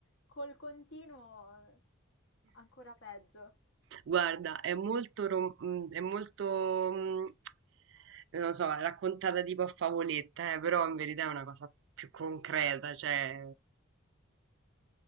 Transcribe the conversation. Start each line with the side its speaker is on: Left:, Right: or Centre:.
Left: col continuo eh, ancora peggio.
Right: Guarda, è molto, rom- mm, è molto, mm, non lo so, raccontata tipo a favoletta, eh, però in verità è una cosa più concreta, cioè,